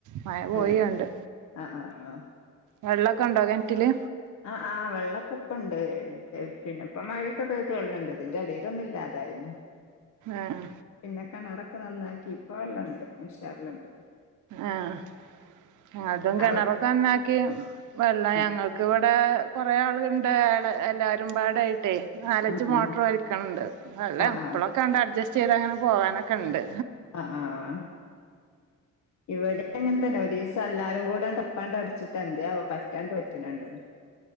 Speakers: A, on the right; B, on the left.
A: മഴ പോയി
B: ഏഹ്
A: ആണ്ട്
B: ആഹ് ആഹ് ആഹാ
A: വെള്ളക്കെണ്ടോ കെണറ്റില്?
B: ആഹ് ആ വെള്ളക്കപ്പെണ്ട് പിന്നപ്പം മഴയൊക്കെ പെയ്തിട്ട് വെള്ളണ്ട് ഇതിന്റെ എടേലൊന്ന് ഇല്ലതായിന്നു
A: ആഹ്
B: പിന്നെ കെണറൊക്കെ നന്നാക്കി ഇപ്പൊ വെള്ളണ്ട് ഉഷാറ്ല്ണ്ട്
A: ആഹ് ഞങ്ങൾതും കെണറൊക്കെ
B: അവി
A: നന്നാക്കി വെള്ളാ
B: ഉം
A: ഞങ്ങൾക്ക് വടെ കെറേ ആളുകള്ണ്ട് എല്ലാരും പാടെ ആയിട്ടേ നാലഞ്ച്
B: ഉം ഉം
A: മോട്ടറ് വലിക്ക്ണ് ണ്ട് വെള്ളം
B: ആഹ്
A: ഇപ്പെളെക്കാണ്ട് അഡ്ജസ്റ്റ് ചെയ്ത് അങ്ങനെ പോവാനൊക്കെണ്ട്
B: ആഹ് ആഹ് ആഹാ ഇവടിം അങ്ങൻത്തന്നെ ഒരീസം എല്ലാരും കൂടാണ്ട് ഒപ്പാണ്ട് അടിച്ചിട്ട് എന്തയാവോ പറ്റാണ്ട് വറ്റ്ണണ്ട്ണ്